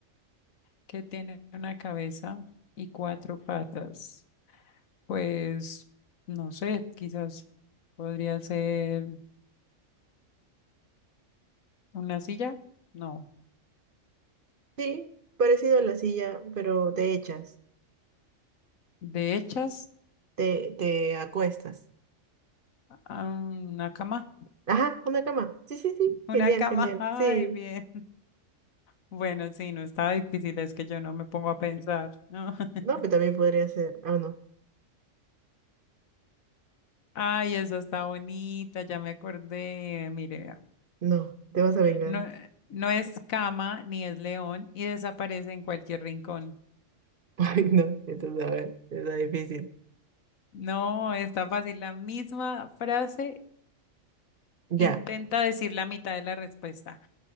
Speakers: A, on the left; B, on the right.
A: ¿Qué tiene una cabeza y cuatro patas? Pues, no sé, quizás podría ser una silla. No.
B: Sí, parecido a la silla, pero te echas,
A: De hechas,
B: te, te acuestas.
A: ah, una cama.
B: Ajá, una cama. Sí, sí, sí,
A: Una
B: genial,
A: cama.
B: genial.
A: <laughs> Ay,
B: Sí.
A: bien. Bueno, sí, no estaba difícil, es que yo no me pongo a pensar. ¿no? <laughs>
B: No, pero también podría ser. Ah, no.
A: Ay, esa está bonita, ya me acordé. Mire,
B: No, te vas a vengar.
A: No, no es cama ni es león y desaparece en cualquier rincón.
B: <laughs> Ay, no, entonces, a ver, está difícil.
A: No, está fácil. La misma frase
B: Ya,
A: intenta decir la mitad de la respuesta.